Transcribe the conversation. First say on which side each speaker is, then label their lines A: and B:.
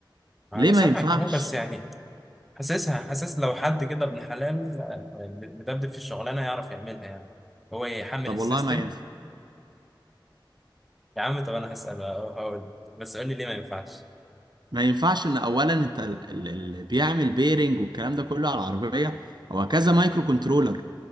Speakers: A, in the centre; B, on the right.
A: انا
B: ليه
A: سامعك
B: ما ينفعش
A: اهو بس يعني حاسسها حاسس لو حد كده ابن حلال آه، مدبدب في الشغلانه هيعرف يعملها يعني هو يحمل
B: طب
A: السيستم
B: والله ما ينفع
A: يا عم طب انا هسال اه هقول بس قول لي ليه ما ينفعش
B: ما ينفعش ان اولا انت ال- ال- اللي بيعمل بيرنج والكلام ده كله على العربية هو كذا مايكرو كنترولر